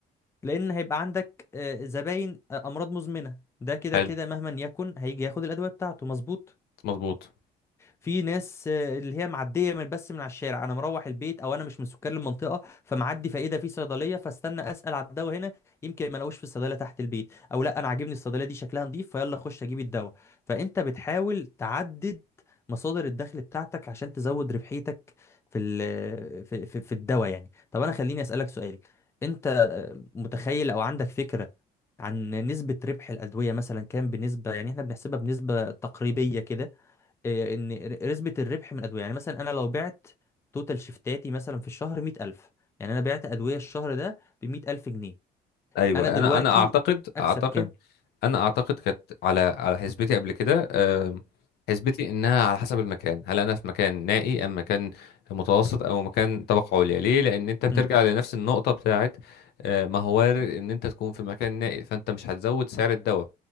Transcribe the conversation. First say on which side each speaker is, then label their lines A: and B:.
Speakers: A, on the left; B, on the left.
A: لأن هيبقى عندك آه، زباين آه، أمراض مزمنة ده كده
B: حلو
A: كده مهما يكن هيجي ياخد الأدوية بتاعته مظبوط
B: مظبوط
A: في ناس آه، اللي هي معديه من بس من على الشارع انا مروح البيت او انا مش من سكان المنطقه فمعدي فايه ده في صيدليه فاستنى اسال على الدواء هنا يمكن ما الاقوش في الصيدليه تحت البيت او لا انا عاجبني الصيدليه دي شكلها نظيف فيلا اخش اجيب الدواء فانت بتحاول تعدد مصادر الدخل بتاعتك عشان تزود ربحيتك في ال- في في, في الدواء يعني طب انا خليني اسالك سؤال انت آه، متخيل او عندك فكره عن نسبة ربح الأدوية مثلا كام بنسبة يعني احنا بنحسبها بنسبة تقريبية كده آه، ان نسبه الربح من الادويه يعني مثلا انا لو بعت توتال شيفتاتي مثلا في الشهر 100000 يعني انا بعت ادويه الشهر ده ب 100000 جنيه
B: ايوه
A: انا دلوقتي
B: انا انا اعتقد
A: اكسب
B: اعتقد
A: كام
B: انا اعتقد كانت على على حسبتي قبل كده آم، حسبتي انها على حسب المكان هل انا في مكان نائي ام مكان متوسط او مكان طبقه عليا ليه لان انت بترجع
A: امم
B: لنفس النقطه بتاعت آه، ما هو وارد ان انت تكون في مكان نائي فانت مش هتزود سعر الدواء